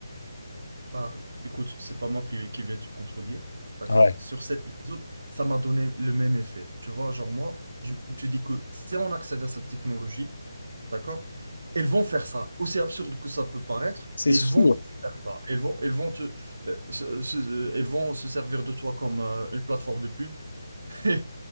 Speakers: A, on the right (about 55°); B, on the left (about 70°).
A: Pas, écoute, c'est pas moi qui, qui vais te contredire, d'accord?
B: Ouais.
A: Sur cet épisode, ça m'a donné le même effet. Tu vois, genre moi, je me suis dit que si on accède à cette technologie, d'accord? Elles vont faire ça, aussi absurde que ça peut paraître,
B: C'est
A: elles
B: sûr.
A: vont faire ça. Elles vont, elles vont te, euh, se, se- euh, elles vont se servir de toi comme euh, une plateforme de pub. <laughs> Et,